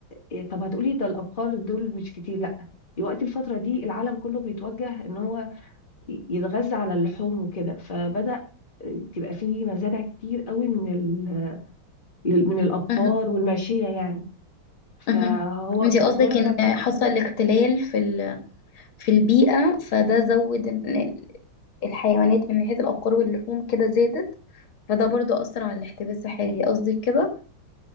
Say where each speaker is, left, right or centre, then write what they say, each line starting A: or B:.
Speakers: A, on the left (about 25°); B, on the left (about 75°).
A: إيه، طب هتقولي ده الابقار دول مش كتير لا دلوقتي الفتره دي العالم كله بيتوجه ان هو ي- يتغذى على اللحوم وكده فبدا إيه، تبقى فيه مزارع كتير قوي من ال... لل- من الابقار
B: مهم.
A: والماشيه يعني فهو
B: مهم. انتي
A: مجرد
B: قصدك ان
A: ما بت...
B: حصل اختلال في ال... في البيئة فده زود ان الحيوانات من حيث الأبقار واللحوم كده زادت فده برضو أثر على الاحتباس الحراري قصدك كده